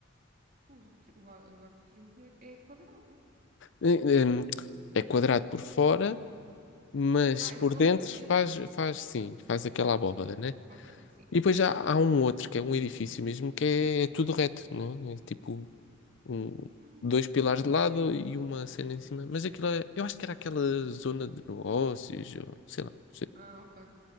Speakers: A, on the right; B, on the left.
A: o, tri- o, ar- o arco do triunfo não é, é quadrado.
B: eh, eh, é quadrado por fora mas
A: Ah,
B: por
A: é redondo
B: dentro
A: por dentro.
B: faz, faz sim, faz aquela abóbada,
A: True.
B: né?
A: Ok, sim.
B: E depois
A: Yeah.
B: já
A: <laughs>
B: há um outro, que é um edifício mesmo, que é é tudo reto, né? É tipo um,
A: Hum,
B: dois pilares
A: isso
B: de
A: não
B: lado
A: sei.
B: e uma cena em cima. Mas aquilo é, eu acho que era aquela zona de negócios, ou, sei lá, não sei.
A: Ah, ok.